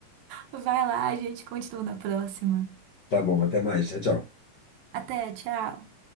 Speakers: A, on the right; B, on the left.
A: vai lá, a gente continua na próxima.
B: Tá bom, até mais. Tchau, tchau.
A: Até, tchau.